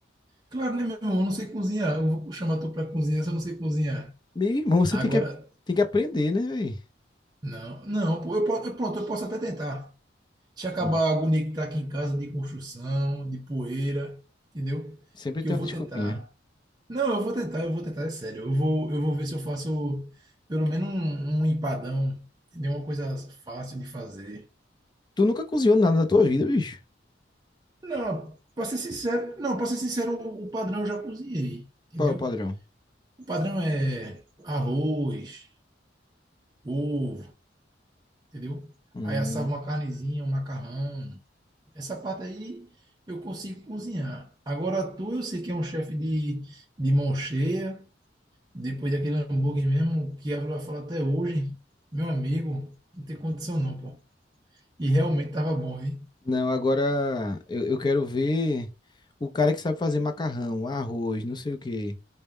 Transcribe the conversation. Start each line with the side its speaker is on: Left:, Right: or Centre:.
Right: Claro, né, meu irmão? Eu não sei cozinhar. Eu vou chamar tu pra cozinhar se eu não sei cozinhar.
Left: Meu irmão, você
Right: Agora,
Left: tem que, a- tem que aprender, né, velho?
Right: não, não, pô, eu, po- eu- pronto, eu posso até tentar. Deixa acabar
Left: Hum,
Right: a agonia que tá aqui em casa de construção, de poeira, entendeu?
Left: Sempre
Right: Que
Left: tem
Right: eu vou
Left: uma desculpinha.
Right: tentar. Não, eu vou tentar, eu vou tentar, é sério. Eu vou, eu vou ver se eu faço pelo menos um, um empadão, entendeu? Uma coisa fácil de fazer.
Left: Tu nunca cozinhou nada na tua vida, bicho?
Right: Não, pra ser sincero, não, pra ser sincero, o o padrão eu já cozinhei, entendeu?
Left: Qual é o padrão?
Right: O padrão é arroz, ovo, entendeu?
Left: Hum,
Right: Aí assava uma carnezinha, um macarrão. Essa parte aí eu consigo cozinhar. Agora tu, eu sei que é um chefe de, de mão cheia, depois daquele hambúrguer mesmo, que ela vai falar até hoje, meu amigo, não tem condição não, pô. E realmente tava bom, viu?
Left: Não, agora eu, eu quero ver o cara que sabe fazer macarrão, arroz, não sei o quê.